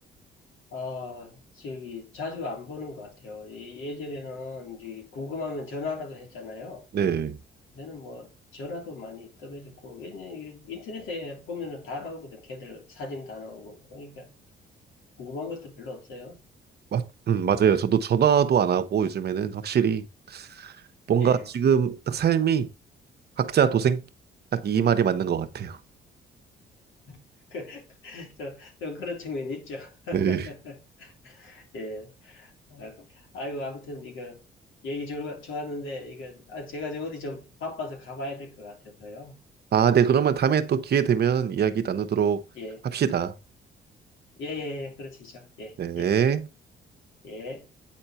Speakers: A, on the left; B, on the right.
A: 아, 저기, 자주 안 보는 것 같아요. 예- 예전에는 이제 궁금하면 전화라도 했잖아요.
B: 네.
A: 저는 뭐, 전화도 많이 떠매줬고, 왜냐면 이게 인터넷에 보면은 다 나오거든. 걔들 사진 다 나오고. 그러니까 궁금한 것도 별로 없어요.
B: 맞, 음, 맞아요. 저도 전화도 안 하고 요즘에는 확실히 뭔가
A: 예.
B: 지금 딱 삶이 각자 도생? 딱 이 말이 맞는 것 같아요.
A: <laughs> 그, 저, 저 그런 측면이 있죠. <laughs>
B: 네.
A: 예. 아, 아이고, 아무튼 이거 얘기 좋, 좋았는데 이거 아, 제가 저 어디 좀 바빠서 가봐야 될 것 같아서요.
B: 아, 네. 그러면 다음에 또 기회 되면 이야기 나누도록
A: 예.
B: 합시다.
A: 예, 예, 예. 그러시죠. 예,
B: 네.
A: 예, 예.